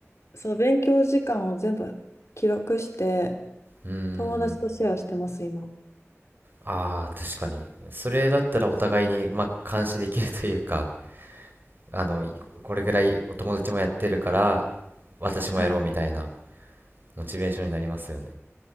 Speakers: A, on the left; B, on the right.
A: そう勉強時間を全部記録して、
B: うーん、
A: 友達とシェアしてます、今。
B: ああ、確かに、それだったらお互いに、まあ、監視できるというか、あの、いこれぐらいお友達もやってるから、私もやろうみたいな、
A: はい。
B: モチベーションになりますよね。